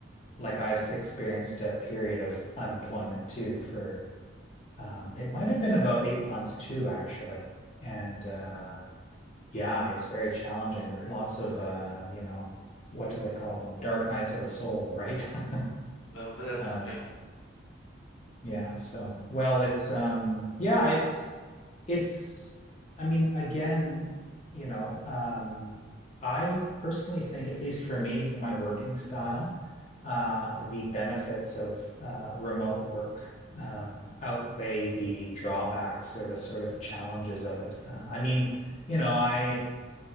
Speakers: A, on the left; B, on the left.
A: like I've experienced a period of unemployment too for um it might have been about eight months too, actually. And uh yeah, it's very challenging.
B: Gary.
A: Lots of uh, you know, what do they call them? Dark nights of the soul, right? <laughs>
B: Well, that,
A: Uh,
B: yeah,
A: Yeah. So, well, it's um yeah, it's it's I mean, again, you know, um I personally think, at least for me, for my working style, uh the benefits of uh remote work um outweigh the drawbacks or the sort of challenges of it. Uh, I mean, you know, I